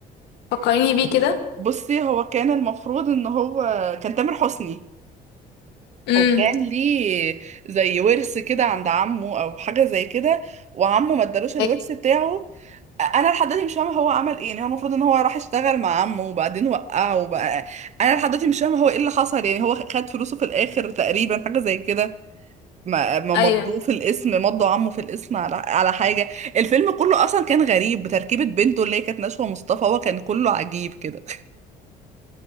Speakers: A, on the left (about 85°); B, on the right (about 45°).
A: فكريني بيه كده
B: بصي هو كان المفروض ان هو كان تامر حسني
A: امم
B: وكان ليه زي ورث كده عند عمه او حاجه زي كده وعمه ما ادالوش الورث
A: ايوه
B: بتاعه انا لحد دلوقتي مش فاهمه هو عمل ايه يعني هو المفروض ان هو راح اشتغل مع عمه وبعدين وقعه وبقى انا لحد دلوقتي مش فاهمه هو ايه اللي حصل يعني هو خد فلوسه في الاخر تقريبا حاجه زي كده ما ما
A: أيوة.
B: مضوه في الاسم مضوا عمه في الاسم على على حاجه الفيلم كله اصلا كان غريب بتركيبه بنته اللي هي كانت نشوى مصطفى هو كان كله عجيب كده